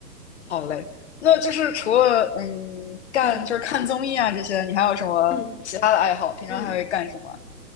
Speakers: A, on the left; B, on the left.
A: 好嘞，那就是除了嗯干就是看综艺啊这些，
B: 嗯
A: 你还有什么其他的爱好？
B: 嗯
A: 平常还会干什么？
B: 嗯。